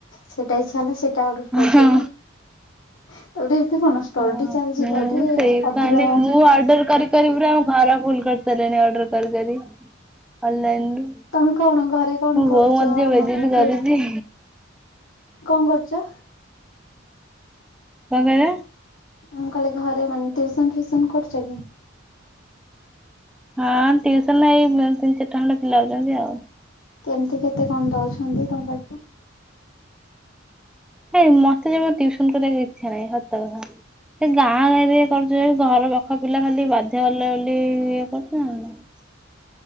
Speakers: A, on the left; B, in the centre.
A: ସେଇଟା ଇଚ୍ଛା ହେଲା ସେଇ ଟା ଅର୍ଡର କରିଦେବି।
B: ହଁ
A: ତାକୁ ଟିକେ ଏମିତି କହୁନ ଷ୍ଟଡି
B: ହଁ
A: ଚାଲିଛି
B: ମୁଁ
A: ତ ଟିକେ
B: ସେଇ
A: ଅଧିକ
B: ଖାଲି ମୁଁ ଆର୍ଡର କରିି କରି ପୁରା ଆମ ଘର ଫୁଲ କରି ସାରିଲିଣି ଅର୍ଡର କରିିକରି। ଅନ୍ଲାଇନ ରୁ
A: ତମେ କଣ ଘରେ କଣ
B: ମୋ
A: କରୁଛ
B: ବୋଉ ମୋତେ ଯୋଉଁ ଭେଜିତ୍
A: ମାନେ ଟିଉ
B: କରୁଚି।
A: କଣ କରୁଛ?
B: କଣ କହିଲା?
A: ମୁଁ କହିଲି ଘରେ ମାନେ ଟ୍ୟଉସନ ଫିୁସନ କରୁଛ କି?
B: ହଁ। ଟିଉସନ ଏଇ ମଁ ତିନି ଚାରିଟା ଖଣ୍ଡେ ପିଲା ଆଉଛନ୍ତି ଆଉ।
A: କେମିତି କେତେ କଣ ଦଉଛନ୍ତି ତମ ପାଇଁ
B: ହେଇଁ ମୋତେ ଜମା ଟିଉସନ କରିବାକୁ ଇଛା ନାହିଁ ସତ କଥା। ସେ ଗାଁ ରେ କରୁଛବୋଲି ଘର ଗପା ପାଖ ପିଲା ଖାଲି ବାଧ୍ୟ କଲେ ବୋଲି ଇଏ କରୁଚି ନ ହେଲେ ନାଇଁ।